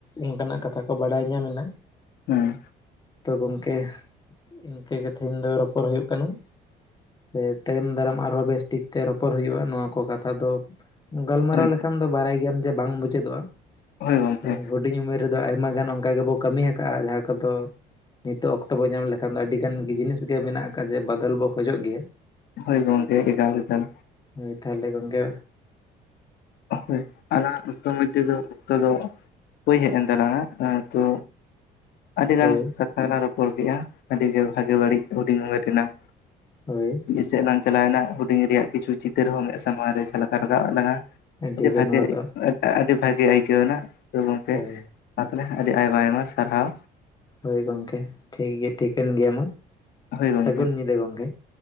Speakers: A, on the left; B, on the left.
A: ᱚᱝᱠᱟᱱᱟᱜ ᱠᱟᱛᱷᱟ ᱠᱚ ᱵᱟᱰᱟᱭ ᱧᱟᱢᱮ ᱱᱟ,
B: ᱦᱩᱸ
A: ᱛᱚ ᱜᱚᱢᱠᱮ ᱤᱝᱠᱟᱹ ᱜᱮ ᱛᱟᱦᱮᱧ ᱫᱚ ᱨᱚᱯᱚᱲ ᱦᱩᱭᱩᱜ ᱠᱟᱱᱟ, ᱥᱮ ᱛᱟᱭᱚᱢ ᱫᱟᱨᱟᱢ ᱟᱨᱦᱚᱸ ᱵᱮᱥᱴᱷᱤᱠ ᱛᱮ ᱨᱚ ᱯᱚᱨ ᱦᱩᱭᱩᱜᱼᱟ ᱱᱚᱣᱟ ᱠᱚ ᱠᱟᱛᱷᱟ ᱫᱚ ᱜᱟᱞᱢᱟᱨᱟᱣ
B: ᱦᱳᱭ
A: ᱞᱮᱠᱷᱟᱱ ᱫᱚ ᱵᱟᱲᱟᱭ ᱜᱮᱭᱟᱢ ᱡᱮ ᱵᱟᱝ ᱢᱩᱩᱪᱟᱹᱫᱚᱜᱼᱟ᱾
B: ᱦᱳᱭ ᱜᱚᱝᱠᱮ
A: ᱥᱮ ᱦᱩᱰᱤᱧ ᱩᱢᱮᱨ ᱨᱮᱫᱚ ᱟᱭᱢᱟ ᱜᱟᱱ ᱚᱝᱠᱟ ᱜᱮᱵᱚ ᱠᱟᱹᱢᱤ ᱟᱠᱟᱜᱼᱟ ᱡᱟᱦᱟᱸ ᱠᱚᱫᱚ ᱱᱤᱛᱚᱜ ᱚᱠᱛᱚ ᱵᱚ ᱧᱟᱢ ᱞᱮᱠᱷᱟᱱ ᱫᱚ ᱟᱹᱰᱤ ᱜᱟᱱ ᱜᱤ ᱡᱤᱱᱤᱥ ᱜᱮ ᱢᱮᱱᱟᱜ ᱟᱠᱟᱫ ᱡᱮ ᱵᱟᱚᱫᱚᱞ ᱵᱚ ᱠᱷᱚᱡᱚᱜ ᱜᱮᱭᱟ᱾
B: ᱦᱳᱭ ᱜᱚᱝᱠᱮ ᱮᱠᱟᱞ ᱮᱠᱟᱞ᱾
A: ᱦᱳᱭ ᱛᱟᱦᱚᱞᱮ ᱜᱚᱝᱠᱮ
B: ᱦᱳᱭ ᱟᱞᱟᱝ ᱚᱠᱛᱚ ᱢᱚᱡᱫᱷᱮ ᱫᱚ ᱚᱠᱛᱚ ᱫᱚ ᱵᱳᱭ ᱦᱮᱡ ᱮᱱ ᱛᱟᱞᱟᱝᱟ ᱛᱚ ᱟᱹᱰᱤ ᱜᱟᱱ
A: ᱦᱳᱭ
B: ᱠᱟ ᱛᱷᱟ ᱞᱟᱝ ᱨᱚᱯᱚᱲ ᱠᱮᱜᱼᱟ ᱟᱹᱰᱤᱜᱮ ᱵᱷᱟᱜᱮ ᱵᱟᱹᱲᱤᱡ ᱦᱩᱰᱤᱧ ᱩᱢᱮᱨᱱᱟᱝ
A: ᱦᱳᱭ᱾
B: ᱢᱤᱫ ᱥᱮᱫ ᱞᱟᱝ ᱪᱟᱞᱟᱣᱱᱟ ᱦᱩᱰᱤᱧ ᱨᱮᱭᱟᱜ ᱠᱤᱪᱷᱩ ᱪᱤᱛᱟᱹᱨ ᱦᱚᱸ ᱢᱮᱫ ᱥᱟᱢᱟᱝ ᱨᱮ ᱡᱷᱟᱞ ᱠᱟᱣᱜ ᱨᱟᱠᱟᱵᱟᱜ ᱞᱟᱝᱼᱟ᱾
A: ᱟᱹᱰᱤᱜᱮ
B: ᱟᱹᱰᱤ ᱵᱷᱟᱜᱮ
A: ᱱᱚᱣᱟ ᱫᱚ
B: ᱟᱹᱰᱤ ᱵᱷᱟᱜᱮ ᱟᱹᱭᱠᱟᱹᱣ ᱟᱫᱚ ᱜᱚᱢᱠᱮ
A: ᱦᱳᱭ
B: ᱢᱟ ᱛᱟᱦᱚᱞᱮ ᱟᱹᱰᱤ ᱟᱭᱢᱟ ᱟᱭᱢᱟ ᱥᱟᱨᱦᱟᱣ᱾
A: ᱦᱳᱭ ᱜᱚᱢᱠᱮ ᱴᱷᱤᱠ ᱜᱮᱭᱟ ᱴᱷᱤᱠᱟᱹᱱ ᱜᱮᱭᱟ ᱢᱟ᱾
B: ᱦᱳᱭ ᱜᱚᱢᱠᱮ
A: ᱥᱟᱹᱜᱩᱱ ᱧᱤᱫᱟᱹ ᱜᱚᱝᱠᱮ